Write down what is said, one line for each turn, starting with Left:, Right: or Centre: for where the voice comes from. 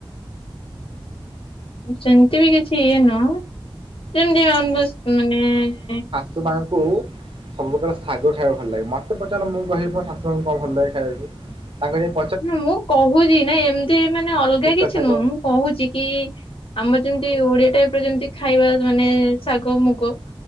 Left: ସେମିତି ବି କିଛି ଇଏ ନୁହଁ ଯେମତି ନନଭେଜ୍ ମାନେ
Right: ତୁ ମା ଙ୍କୁ ସବୁପ୍ରକାର ଶାଗ ଖାଇବାକୁ ଭଲ ଲାଗେ ମୋତେ ପଚାର ମୁଁ କହିବି ମୋ ଶାଶୁମା ଙ୍କୁ କଣ ଭଲ ଲାଗେ ଖାଇବାକୁ ତାଙ୍କ
Left: ମୁଁ କହୁଚି ନାଇ ଏମିତି ମାନେ ଅଲଗା
Right: ପିତା
Left: କିଛି
Right: ଶାଗ
Left: ନୁହଁ ମୁଁ କହୁଚି କି ଆମର ଯେମିତି ଓଡିଆ ଟାଇପ୍ ର ଯେମତି ଖାଇବା ମାନେ ଶାଗ ମୁଗ